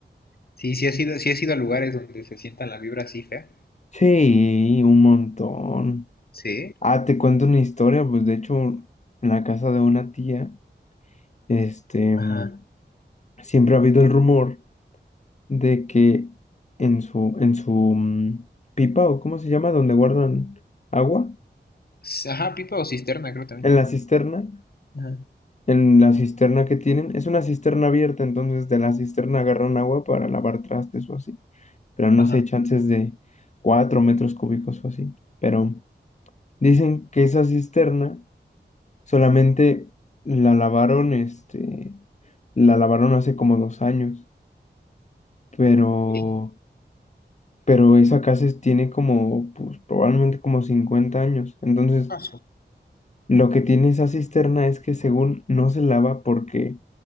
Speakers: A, on the left; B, on the left.
A: Sí, sí ha sido, sí ha sido a lugares donde se sienta la vibra así fea.
B: Sí, un montón.
A: Sí.
B: Ah, te cuento una historia, pues de hecho, en la casa de una tía, este,
A: Ajá.
B: mm, siempre ha habido el rumor de que en su, en su mm, pipa, o cómo se llama, donde guardan agua,
A: S- Ajá, pipa o cisterna, creo también.
B: en la cisterna,
A: Ajá.
B: en la cisterna que tienen, es una cisterna abierta, entonces de la cisterna agarran agua para lavar trastes o así. pero no
A: Ajá,
B: sé, chances de 4 metros cúbicos o así. Pero dicen que esa cisterna solamente la lavaron, este, la lavaron hace como dos años, pero,
A: ok. ¿Qué
B: pero esa casa es- tiene como, pues probablemente como 50 años. Entonces,
A: pasó?
B: lo que tiene esa cisterna es que según no se lava porque